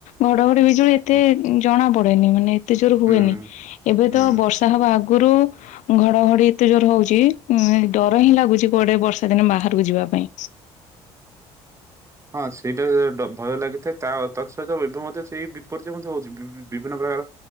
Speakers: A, on the left; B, on the right.
A: ଘଡଘଡ ବିଜୁଳି ଏତେ
B: ହୁଁ
A: ଜଣ ପଡେନି ମାନେ ଏତେ ଜୋର ହୁଏନି
B: ହୁଁ
A: ଏବେ
B: ହୁଁ
A: ତ ବର୍ଷା ହବା ଆଗ ଗୁରୁ ଘଡ଼ଘଡ଼ି ଏତେ ଜୋର ହଉଛି ଉ ଡର ହିଁ ଲାଗୁଛି କୁଆଡେ ବର୍ଷା ଦିନେ ବାହାରକୁ ଯିବା ପାଇଁ।
B: ହଁ ସେଇଟା ଭୟ ଲାଗିଥାଏ ତା ତତ୍ ସହିତ ବିଭୁ ମଧ୍ୟ ସେଇ ବି ପରିଚୟ ମଧ୍ୟ ହଉଛି ।ବି ବିଭିନ୍ନ ପ୍ରକାର